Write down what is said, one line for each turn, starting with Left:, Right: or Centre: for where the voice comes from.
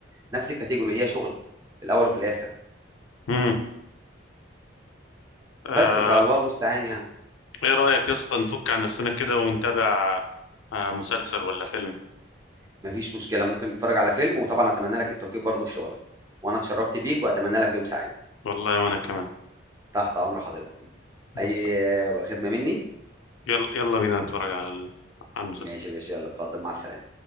Right: نفس الكاتيجوري هي شغل في الاول وفي الاخر
Left: امم آه
Right: بس فالله المستعان يعني
Left: ايه رايك يا اسطى نفك عن نفسنا كده ونتابع آه مسلسل ولا فيلم
Right: ما فيش مشكله ممكن نتفرج على فيلم وطبعا اتمنى لك التوفيق برضه في شغلك وانا اتشرفت بيك واتمنى لك يوم سعيد
Left: والله وانا كمان
Right: تحت امر حضرتك
Left: هس-
Right: اي خدمه مني
Left: يلا يلا بينا نتفرج على ال... على المسلسل
Right: ماشي يا باشا يلا اتفضل مع السلامه